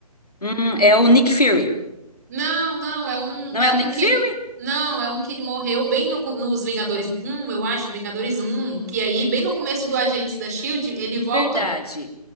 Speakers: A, on the left; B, on the right.
A: Hum, é o Nick Fury.
B: Não, não, é um,
A: Não
B: é
A: é
B: um
A: o Nick
B: que.
A: Fury?
B: Não, é um que morreu bem no co- nos Vingadores um, eu acho, Vingadores um, que aí, bem no começo do Agentes da Shield, ele volta.
A: Verdade.